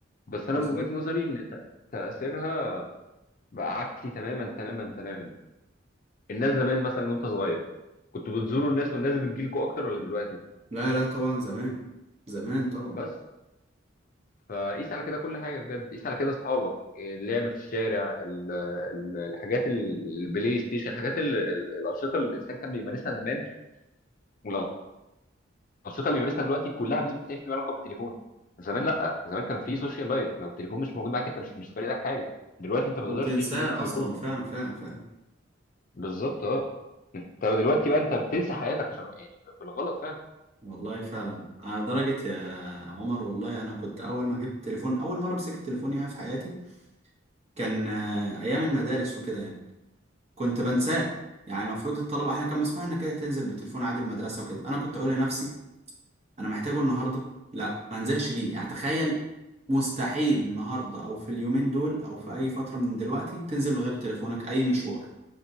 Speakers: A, on the left; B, on the right.
A: بس انا
B: بالظبط
A: من وجهة نظري ان ت- تأثيرها بقى عكسي تماما تماما تماما الناس زمان مثلا وانت صغير كنتوا بتزوروا الناس والناس بتجيلكوا اكتر ولا دلوقتي
B: لا لا طبعا زمان زمان طبعا
A: بس فقيس على كده كل حاجة بجد قيس على كده اصحابك اللعب في الشارع ال- ال- الحاجات ال- البلاي ستيشن الحاجات ال- ال- الأنشطة اللي الإنسان كان بيمارسها زمان والأنشطة اللي بيمارسها دلوقتي كلها بنسبة 90% علاقة بالتليفون زمان لا زمان كان في سوشيال لايف لو التليفون مش موجود معاك انت مش مش فارق لك حاجة دلوقتي انت ما
B: وبتنساه
A: تقدرش تعيش من غير التليفون
B: اصلا فعلا فعلا فعلا
A: بالظبط اه انت دلوقتي بقى انت بتنسى حياتك عشان- يعني بالغلط فعلا
B: والله فعلا على درجة يا عمر والله أنا كنت أول ما جبت تليفون أول مرة مسكت تليفون يعني في حياتي كان آه، أيام المدارس وكده يعني كنت بنساه يعني المفروض الطلبة إحنا كان مسموح إنك كده تنزل بتليفون عادي المدرسة وكده أنا كنت أقول لنفسي أنا محتاجه النهاردة لا ما انزلش بيه يعني تخيل مستحيل النهاردة أو في اليومين دول أو في أي فترة من دلوقتي تنزل من غير تليفونك أي مشوار